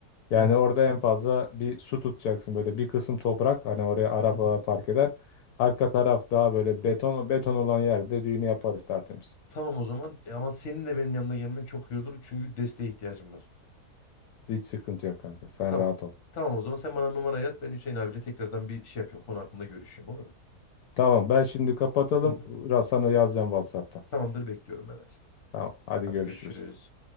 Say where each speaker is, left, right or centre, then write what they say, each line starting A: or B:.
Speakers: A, on the left; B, on the left.
A: Yani
B: Hı hı.
A: orada en fazla bir su tutacaksın böyle bir kısım toprak hani oraya arabalar
B: Hı hı.
A: park eder. Arka taraf daha böyle beton. O beton olan yerde düğünü yaparız tertemiz.
B: Tamam o zaman E, ama senin de benim yanımda gelmen çok iyi olur çünkü desteğe ihtiyacım var.
A: Hiç sıkıntı yok kanka. Sen
B: Tamam.
A: rahat ol.
B: Tamam o zaman sen bana numarayı at ben Hüseyin abiyle tekrardan bir şey yapayım konu hakkında görüşeyim olur mu?
A: Tamam ben şimdi kapatalım.
B: Hı hı.
A: Ra- Sana yazacağım WhatsApp'tan.
B: Tamamdır bekliyorum ben hadi.
A: Tamam hadi
B: Hadi
A: görüşürüz.
B: görüşürüz.